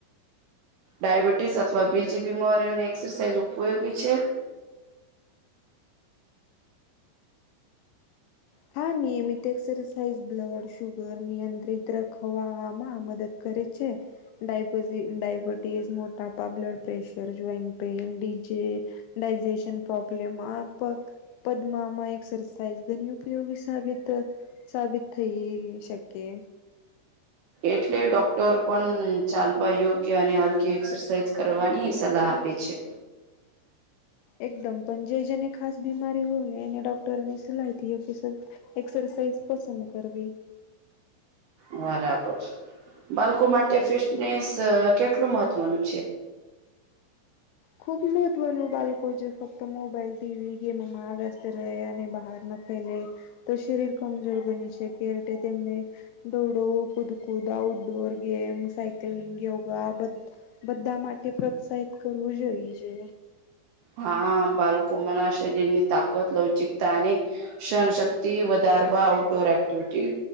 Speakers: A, on the right (about 75°); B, on the left (about 85°).
A: ડયાબિટીસ અથવા બીજી બીમારીઓની એક્સરસાઇઝ ઉપયોગી છે.
B: હા નિયમિત એક્સરસાઇઝ બ્લડ, શુગર નિયંત્રિત રાખવામાં મદદ કરે છે. ડાયબ ડાયબિટીઝ, મોટાપા, blood pressure, joint pain disease digestion problem આપ પદમામા એક્સરસાાઈઝ ઘન્યૂ ઉપયોગી સાબિત સાબિત થઈ શકે.
A: એટલે ડોક્ટર પણ ચાલવા યોગ્ય અને હલકી એક્સરસાઇઝ કરવાની સલાહ આપે છે.
B: એકદમ પણ જે જેને ખાસ બીમારી હોયને એને ડોક્ટરોની સલાહ થી યોગ્ય એક્સરસાઇઝ પસંદ કરવી
A: બરાબર બાળકો માટે ફિટનેસ કેટલું મહત્વનું છે?
B: ખૂબ મહત્ત્વનું બાળકો જે ફક્ત મોબાઈલ, ટીવી, ગેમમાં વ્યસ્ત રહે અને બહાર ન ફેલે તો શરીર કમજોર બની શકે એટલે તેમને દોડો કુદ કુદ, outdoor game, cycling, yoga આ બધુ બધા માટે પ્રોત્સાહિત કરવું જોઈએ છે.
A: હા બાળકો મરા શરીર ની તાકત લવચિકતા અને સહન શક્તિ વધારવા આઉટડોર એક્ટિવિટી